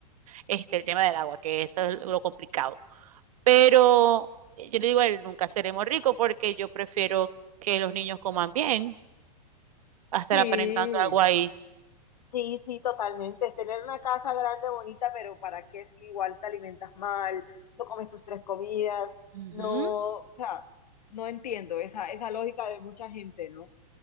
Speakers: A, on the right; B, on the left.
A: este, el tema del agua, que eso es lo complicado. Pero eh, yo le digo a él, nunca seremos ricos porque yo prefiero que los niños coman bien, a estar
B: Sí,
A: aparentando algo ahí.
B: Sí, sí, totalmente. Es tener una casa grande, bonita, pero ¿para qué si igual te alimentas mal, no comes tus tres comidas?
A: Ujú,
B: No, o sea, no entiendo esa, esa lógica de mucha gente, ¿no?